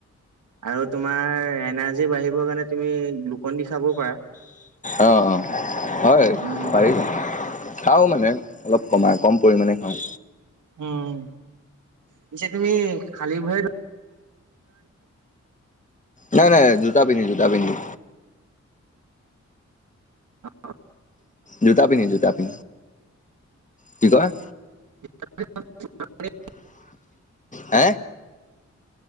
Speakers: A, on the right (about 85°); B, on the left (about 25°).
A: আৰু তোমাৰ এনাৰ্জি বাঢ়িবৰ কাৰণে তুমি গ্লুকন দি খাব। পাৰা।
B: অঁ অঁ হয়
A: উম
B: পাৰিব। খাওঁ মানে অলপ কমাই কম পৰিমাণে খাওঁ।
A: উম পিছে তুমি খালী ভৰি
B: নাই নাই জুতা পিন্ধি জুতা পিন্ধি।
A: অ
B: জুতা পিন্ধি, জুতা পিন্ধি, কি কয়
A: <inaudible>
B: হে